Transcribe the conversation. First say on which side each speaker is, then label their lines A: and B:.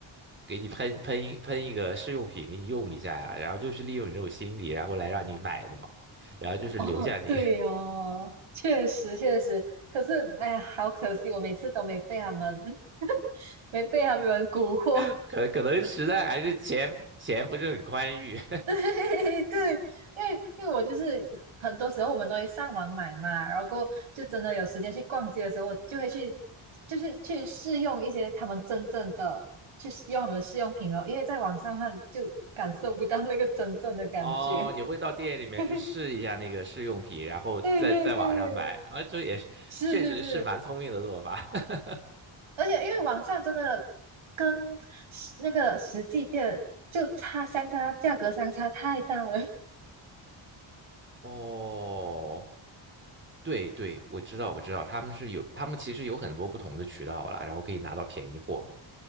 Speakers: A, on the right (about 25°); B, on the right (about 85°).
A: 给你喷喷一喷一个试用品给你用一下呀、然后就是利用你这种心理，然后来让你买的嘛，然后就是留下你，
B: 哦，对哦，确实确实，可是哎呀，好可惜，我每次都没被他们，<laughs> 没被他们蛊惑。
A: <laughs> 可可能实在还是钱钱不是很宽裕，
B: <laughs> 对对，因为因为我就是很多时候我们都会上网买嘛，然后就真的有时间去逛街的时候，我就会去，就是去试用一些他们真正的，去试用他们的试用品哦，因为在网上看就感受不到那个真正的感觉。
A: 哦，你会到店里面去试一下那个试用品，
B: <laughs>
A: 然后再在网上买啊，
B: 对对对，
A: 这也是确实是蛮聪明的做法。
B: 是是是，
A: <laughs>
B: 而且因为网上真的跟那个实际店就差相差，价格相差太大了。<laughs>
A: 哦，对对，我知道我知道，他们是有，他们其实有很多不同的渠道啦，然后可以拿到便宜货。